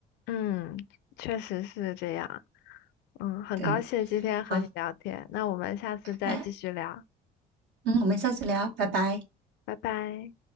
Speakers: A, on the left (about 85°); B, on the right (about 80°).
A: 嗯，确实是这样。嗯，很高兴今天和你聊天，
B: 对，好，
A: 那我们下次再继续聊，
B: 哎，嗯，我们下次聊，拜拜。
A: 拜拜。